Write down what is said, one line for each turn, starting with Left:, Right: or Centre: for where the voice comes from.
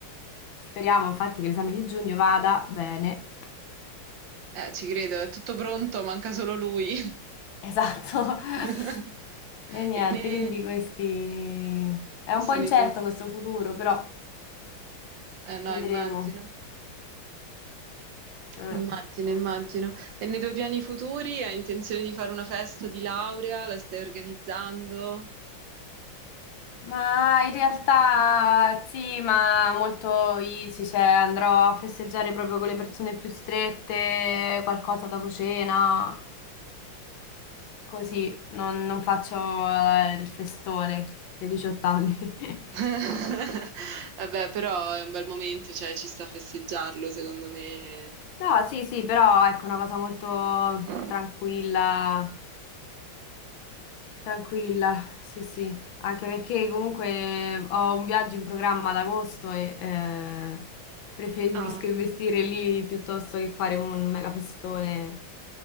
Left: Speriamo infatti che l'esame di giugno vada bene.
Right: Eh, ci credo, è tutto pronto, manca solo lui.
Left: Esatto. <laughs>
Right: <laughs>
Left: E niente,
Right: E ne...
Left: quindi questi... È un
Right: sono
Left: po' incerto
Right: i tuoi...
Left: questo futuro, però
Right: Eh no,
Left: vedremo.
Right: immagino.
Left: Eh.
Right: Immagino, immagino. E nei tuoi piani futuri hai intenzione di fare una festa di laurea? La stai organizzando?
Left: Ma in realtà sì, ma molto easy, cioè andrò a festeggiare proprio con le persone più strette, qualcosa dopo cena, così, non, non faccio eh, il festone dei 18 anni. <laughs>
Right: <laughs> Vabbè, però è un bel momento, cioè ci sta a festeggiarlo, secondo me.
Left: No, sì, sì, però ecco una cosa molto
Right: Mh-mh.
Left: tranquilla, Tranquilla, sì, sì, anche perché comunque ho un viaggio in programma ad agosto e eh, preferisco
Right: Ah,
Left: investire lì piuttosto che fare un mega festone.